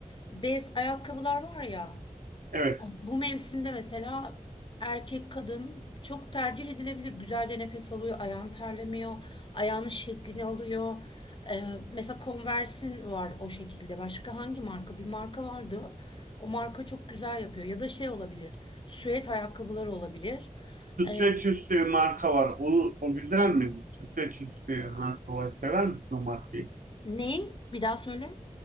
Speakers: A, on the left (about 35°); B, on the right (about 80°).
A: bez ayakkabılar var ya
B: evet.
A: bu mevsimde mesela erkek kadın çok tercih edilebilir. Güzelce nefes alıyor, ayağın terlemiyor, ayağının şeklini alıyor. Ee, mesela Converse'in var o şekilde. Başka hangi marka? Bir marka vardı. O marka çok güzel yapıyor. Ya da şey olabilir, süet ayakkabılar olabilir.
B: Streç
A: Ee,
B: üstü bir marka var. O, o güzel mi? Streç üstü marka var. Sever misin o markayı?
A: ne? Bir daha söyle.